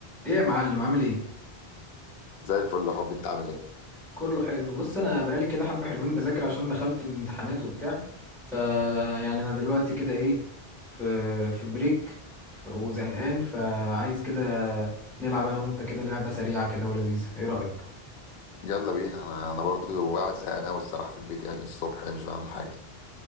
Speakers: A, in the centre; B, on the left.
A: ايه يا معلم عامل ايه
B: زي الفل يا حبي انت عامل ايه
A: كله حلو بص انا بقالي كده حبه حلوين بذاكر عشان دخلت الامتحانات وبتاع ف يعني انا دلوقتي كده ايه في في بريك ف- وزهقان فعايز كده نلعب انا وانت كده لعبه سريعه كده ولذيذه ايه رايك
B: يلا بينا انا انا برضو قاعد زهقان قوي الصراحه في البيت يعني من الصبح يعني مش بعمل حاجه